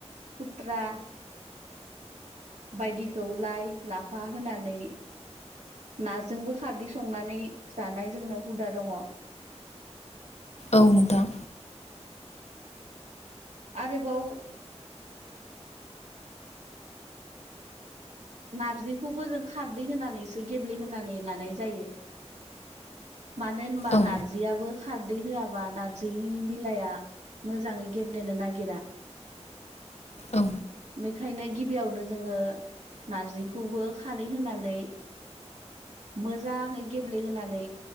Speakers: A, on the right; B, on the left.
A: खुथ्रा बायदिखौ लाइ लाफा होनानै नाजोंबो खारदै संनानै जानाय जोंनाव हुदा दङ।
B: औ नोंथां।
A: आरोबाव नारजिखौबो जों खारदै होनानैसो गेब्लेहोनानै लानाय जायो। मानो होनबा
B: औ
A: नारजियाबो। खारदै होआबा नार्जिनि बिलाइआ मोजाङै गेब्लेनो नागिरा।
B: औ
A: बेखायनो गिबियावनो जोङो नारजिखौबो खारै होनानै मोजाङै गेब्लेहोनानै